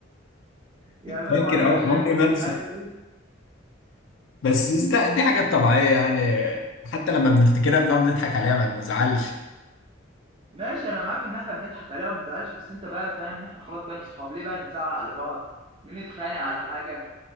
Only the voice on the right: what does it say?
يعملوا
معانا مشاكل
ومش
عارف ايه
ماشي انا معاك ان احنا بنضحك عليها وما نزعلش بس انت بقى فاهم ان احنا خلاص بقينا صحاب ليه بقى نزعق لبعض ليه نتخانق على حاجه